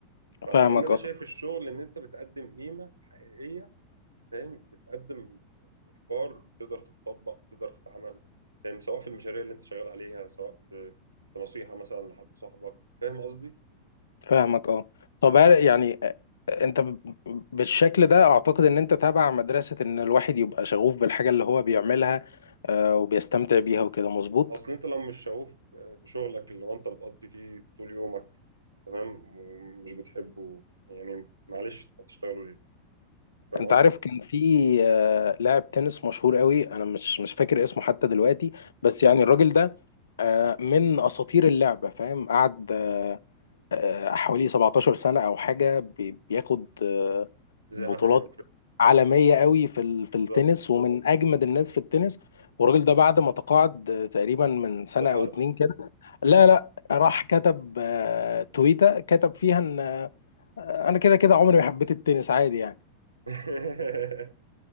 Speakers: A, on the right; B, on the left.
A: فلان
B: فاهمك
A: انا
B: اه
A: شايف الشغل ان انت بتقدم قيمه حقيقيه فاهم بتقدم افكار تقدر تتطبق تقدر تتعمل فاهم سواء في المشاريع اللي انت شغال عليها سواء في في نصيحه مثلا لحد صاحبك فاهم قصدي
B: فاهمك اه طب هل- يعني آه، انت ب- بالشكل ده اعتقد ان انت تابع مدرسة ان الواحد يبقى شغوف بالحاجة اللي هو بيعملها آه، وبيستمتع بيها وكده مظبوط
A: اصل انت لو مش شغوف آه، بشغلك اللي هو انت بتقضي فيه طول يومك تمام ومش بتحبه يعني معلش انت هتشتغله ليه فاهم
B: انت
A: قصدي
B: عارف كان في آه، لاعب تنس مشهور قوي انا مش مش فاكر اسمه حتى دلوقتي بس يعني الراجل ده آه، من اساطير اللعبه فاهم قعد آه، حوالي 17 سنه او حاجه بي- بياخد آه،
A: ذهبية
B: بطولات
A: وكده
B: عالميه قوي في ال- في
A: بالظبط
B: التنس ومن اجمد الناس في التنس والراجل ده بعد ما تقاعد آه، تقريبا من
A: انت
B: سنه او
A: حر
B: اتنين كده لا لا راح كتب آه، تويته كتب فيها ان آه، انا كده كده عمري ما حبيت التنس عادي يعني
A: <laughs>